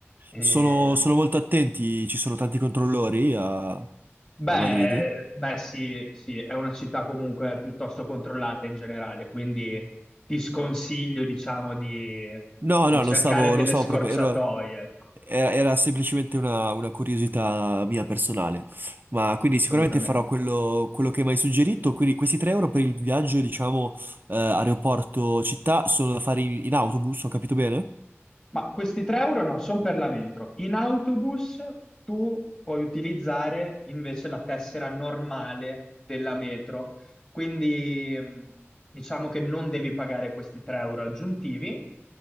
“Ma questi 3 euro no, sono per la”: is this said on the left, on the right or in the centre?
Left